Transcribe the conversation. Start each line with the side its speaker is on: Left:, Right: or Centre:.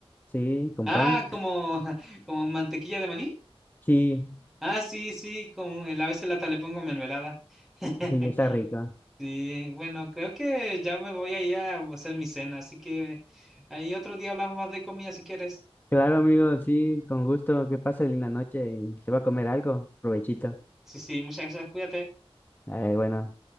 Left: Sí, con
Centre: Ah,
Left: pan.
Centre: como, <laughs> como mantequilla de maní.
Left: Sí,
Centre: Ah, sí, sí, como a veces hasta le pongo mermelada. <laughs>
Left: sí, está rico.
Centre: Sí, bueno, creo que ya me voy a ir a hacer mi cena, así que ahí otro día hablamos más de comida si quieres.
Left: Claro, amigo, sí, con gusto. Que pase linda noche y se va a comer algo. Provechito.
Centre: Sí, sí, muchas gracias, cuídate.
Left: Ay, bueno.